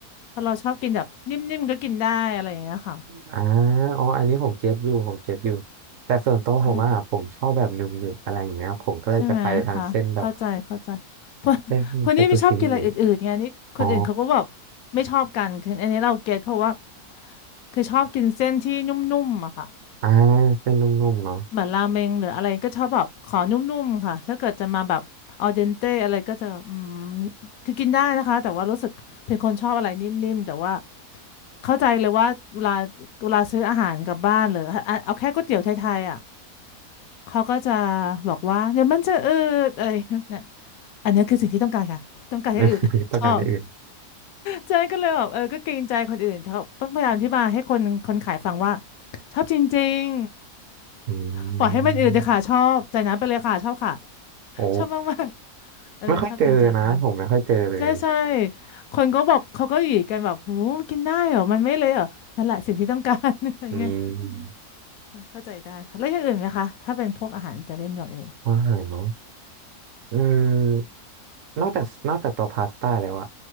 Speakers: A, on the left; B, on the right.
A: เพราะเราชอบกินแบบนิ่มๆก็กินได้อะไรอย่างเงี้ยค่ะ
B: อ่าอ๋ออันนี้ผมเก็ตอยู่ผมเก็ตอยู่แต่ส่วนตัวผมอ่ะผมชอบแบบหนึบหนึบอะไรอย่างเงี้ยผมก็เลยจะไปทางเส้นแบบ
A: ใช่ค่ะใช่ไหมคะเข้าใจเข้าใจเพราะเพราะนี่ไม่ชอบกินอะไรอื่นๆไงนี่คนอื่นเขาก็แบบ
B: เส้นเฟตตูชินีอ๋อ
A: ไม่ชอบกันคืออันนี้เราเก็ตเพราะว่าคือชอบกินเส้นที่นุ่มๆอะค่ะ
B: อ่าเส้นนุ่มๆเนาะ
A: เหมือนราเมงหรืออะไรก็ชอบแบบขอนุ่มๆค่ะถ้าเกิดจะมาแบบออเดนเตอะไรก็จะอืมคือกินได้นะคะแต่ว่ารู้สึกเป็นคนชอบอะไรนิ่มๆแต่ว่าเข้าใจเลยว่าเวลาเวลาซื้ออาหารกลับบ้านหรือเอาเอาแค่ก๋วยเตี๋ยวไทยๆอ่ะเขาก็จะบอกว่าเดี๋ยวมันจะอืดอะไรเนี่ยอันนี้คือสิ่งที่ต้องการค่ะ <laughs> ต้องการให้อืด
B: <laughs>
A: <laughs>
B: ต้องการอย่างอื่น
A: ชอบใจ๊ก็เลยแบบเออก็เกรงใจคนอื่นเขาต้องพยายามอธิบายให้คนคนขายฟังว่าชอบจริง
B: อืม
A: ๆปล่อยให้มันอืดเลยค่ะชอบใจน้ำไปเลยค่ะชอบค่ะ
B: โอ้
A: ชอบมากๆเออชอบจริง
B: ไม่ค่อยเจอนะผมไม่ค่อยเจอเลย
A: ๆ ใช่ใช่คนก็บอกเขาก็อยู่กันแบบหูกินได้เหรอมันไม่เละเหรอนั่นแหละสิ่งที่ต้องการ <laughs> อะไรเงี้ย
B: นี่
A: เออเข้าใจได้ค่ะแล้วอย่างอื่นไหมคะ ถ้าเป็นพวกอาหารจะเล่นอย่างอื่น
B: ว่าอาหารเนาะอืมนอกจากนอกจากตัวพาสต้าแล้วอะ